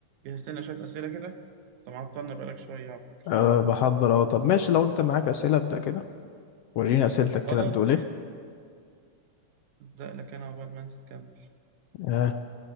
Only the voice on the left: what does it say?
أه بحضر اه طب ماشي لو انت معاك اسئله ابدا كده وريني اسئلتك
كده بتقول ايه
أه